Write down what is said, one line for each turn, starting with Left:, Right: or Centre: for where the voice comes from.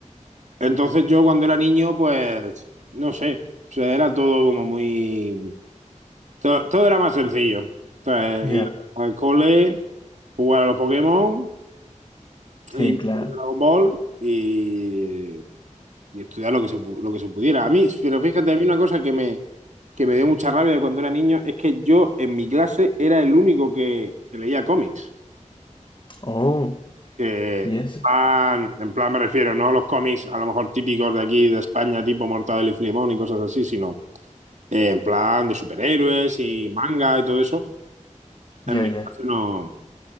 Right: Entonces yo cuando era niño, pues, no sé, o sea, era todo como muy... Todo, todo era más sencillo. Entonces,
Left: Ya.
Right: ir al cole, jugar a los Pokémon
Left: Sí,
Right: y
Left: claro.
Right: Dragon Ball y, y estudiar lo que se, pu- lo que se pudiera. A mí, pero fíjate, a mí una cosa que me, que me dio mucha rabia de cuando era niño es que yo en mi clase era el único que, que leía cómics.
Left: Oh,
Right: Que
Left: y
Right: en
Left: eso.
Right: plan, en plan me refiero, no a los cómics a lo mejor típicos de aquí, de España, tipo Mortadelo y Filemón y cosas así, sino Eh, en plan de superhéroes y manga y todo eso, en
Left: Ya,
Right: mi
Left: ya,
Right: clase no,